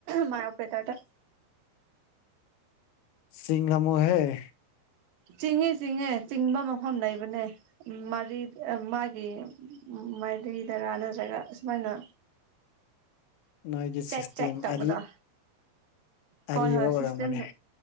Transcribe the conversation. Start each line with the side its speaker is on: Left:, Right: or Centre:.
Right: ꯃꯥ ꯑꯣꯄꯦꯇꯔꯗ
Left: ꯆꯤꯡꯂꯝꯃꯣꯢꯍꯦ
Right: ꯆꯤꯡꯉꯦ ꯆꯤꯡꯉꯦ ꯆꯤꯡꯕ ꯃꯐꯝ ꯂꯩꯕꯅꯦ ꯃꯔꯤ ꯃꯥꯒꯤ ꯃꯥꯔꯤꯗꯔꯥ ꯅꯠꯇ꯭ꯔꯒ ꯑꯁꯨꯃꯥꯏꯅ
Left: ꯅꯣꯏꯒꯤ
Right: ꯆꯛ
Left: ꯁꯤꯁꯇꯦꯝ
Right: ꯆꯛ ꯇꯧꯕꯗꯣ
Left: ꯑꯔꯤ ꯑꯔꯤꯕ
Right: ꯍꯣꯏ ꯍꯣꯏ
Left: ꯑꯣꯏꯔꯝꯒꯅꯤ
Right: ꯁꯤꯁꯇꯦꯝꯗ